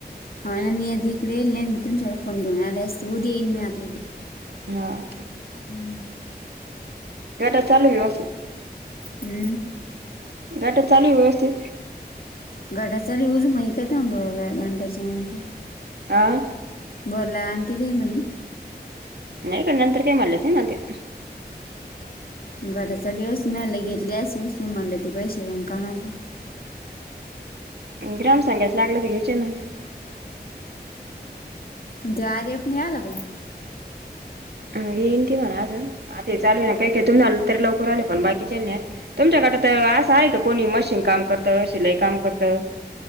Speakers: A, on the left; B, on the right.
A: हं ना <unintelligible> फोन घेऊ आला असते उद्या येईन मी आता उद्या.
B: हां.
A: हम्म.
B: गटा चालू ये व्यवस्थित.
A: हम्म.
B: गटा चालू आहे व्यवस्थित.
A: घटा चालू उज माहि काय ब घंटा <unintelligible>
B: आह.
A: बला आंटी काय म्हणे,
B: नाही गं नंतर काही म्हणल्या च नाही मला त्या.
A: घरा चालवस मया म्हणल घेतली अस उसलून म्हणल ते पैसे <unintelligible>
B: ग्राम संघाच लागलत घ्यायचे ना.
A: जे आर एफ नाही आला पण.
B: येईन ती म्हणा अजून, आता चालू ना काय काय तुम् आ तरी लवकर आलं, पण बाकीच्या नाही आले. तुमच्या गटात असं आहे का, कोणी मशीन काम करतं शिलाई काम करतं.